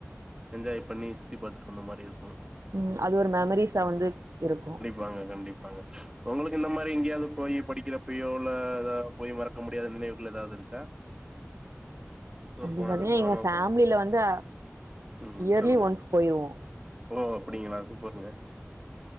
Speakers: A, on the right; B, on the right.
A: என்ஜாய் பண்ணி சுத்தி பாத்துட்டு வந்த மாரி இருக்கு
B: ம் அது ஒரு மெமரிஸா வந்து இருக்கு
A: பாங்க கண்டிப்பாங்க உங்களுக்கு இந்த மாரி எங்கயாவது போய் படிக்கிறப்பயோ இல்ல ஏதா போய் மறக்க முடியாத நினைவுகள் ஏதாது இருக்கா டூர்
B: அப்டி
A: போனது
B: பாத்தீங்கன்னா
A: தூரமா
B: எங்க ஃபேமிலியில
A: போ
B: வந்து
A: ம்
B: இயர்லி
A: சொல்லுங்க
B: ஒன்ஸ் போயிருவோ
A: ஓ அப்டிங்களா சூப்பர்ங்க